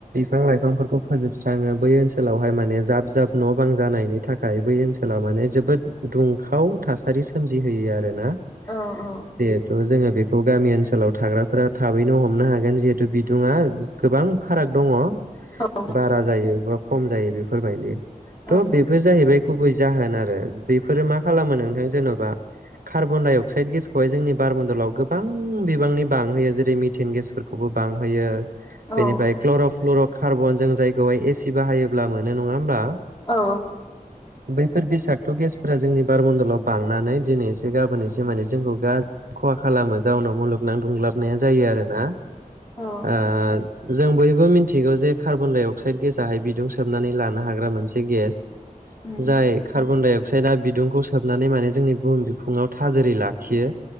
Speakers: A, on the right; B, on the left.
A: बिफां लाइफांफोरखौ फोजोबस्राङो बै ओनसोलावहाय माने जाब जाब न' बां जानायनि थाखाय बै ओनसोलाव माने जोबोद दुंखाव थासारि सोमजि होयो आरोना
B: औ औ
A: जिहेथु जोङो बे बे गामि ओनसोलाव थाग्राफोरा थाबैनो हमनो हागोन जिहेथु बिदुुङा गोबां फाराग दङ
B: औ
A: बारा जायो बा खम जायो बेफोरबायदि थ'
B: औ
A: बेफोर जाहैबाय गुबै जाहोन आरो बेफोरो मा खालामो नोंथां जेन'बा कार्बन डाइ अक्साइड गेसखौहाय जोंनि बारमन्दलाव गोबां बिबांनि बांहोयो जेरै मिटेन गेसफोरखौबो बांहोयो
B: औ
A: बेनिफ्राय क्लर' फ्लुर' कार्बन जों जायखौहाय एसि बाहायोब्ला मोनो नङा होमबा
B: औ
A: बैफोर बिसादखौ गेसफोरा जोंनि बारमन्दलाव बांनानै दिनै एसे गाबोन एसे माने जोंखौ गाज्रि खहा खालामो जाउनाव मुलुगनां दुंग्लाबनाया जायो आरोना
B: औ
A: ओ जों बयबो मिथिगौ जे कार्बन डाइ अक्साइड गेज आहाय बिदुं सोबनानै लानो हाग्रा मोनसे गेस
B: उम
A: जाय कार्बन दाइ अक्साइदआ बिदुंखौ सोबनानै माने जोंनि बुहुम बिफुङाव थाजोरै लाखियो